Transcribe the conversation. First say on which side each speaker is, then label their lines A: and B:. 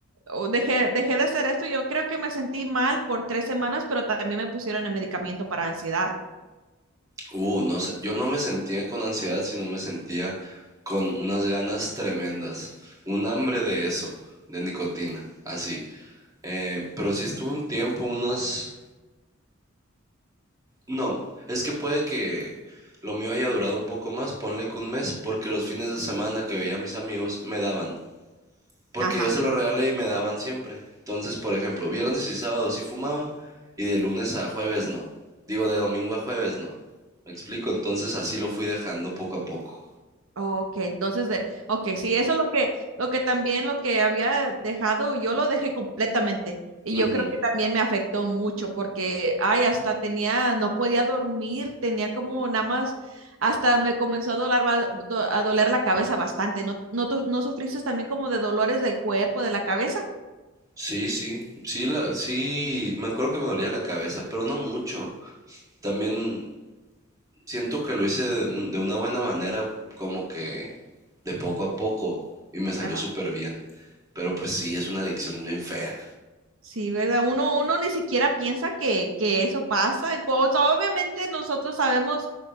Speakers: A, on the right (about 80°); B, on the right (about 15°).
A: o dejé, dejé de hacer esto. Yo creo que me sentí mal por tres semanas, pero también me pusieron el medicamento para ansiedad.
B: Uh, no sé, yo no me sentía con ansiedad, sino me sentía con unas ganas tremendas, un hambre de eso, de nicotina, así. Eh, pero sí estuve un tiempo, unas... No, es que puede que lo mío haya durado un poco más, ponle que un mes, porque los fines de semana que veía a mis amigos me daban, porque
A: Ajá.
B: yo se lo regalé y me daban siempre. Entonces, por ejemplo, viernes y sábado sí fumaba y de lunes a jueves no. Digo, de domingo a jueves no. ¿Me explico? Entonces así lo fui dejando poco a poco.
A: Ok, entonces de, ok, sí, eso es lo que, lo que también lo que había dejado, yo lo dejé completamente. Y
B: Ujú.
A: yo creo que también me afectó mucho porque, ay, hasta tenía, no podía dormir, tenía como nada más, hasta me comenzó a doler, ba- do- a doler la cabeza bastante. ¿No, no, tu- no sufriste también como de dolores del cuerpo, de la cabeza?
B: Sí, sí, sí, la, sí, me acuerdo que me dolía la cabeza, pero no mucho. También siento que lo hice de, un- de una buena manera, como que de poco a poco, y me salió
A: Ajá.
B: súper bien. Pero pues sí, es una adicción bien fea.
A: Sí, ¿verdad? Uno, uno ni siquiera piensa que, que eso pasa. Y pues obviamente nosotros sabemos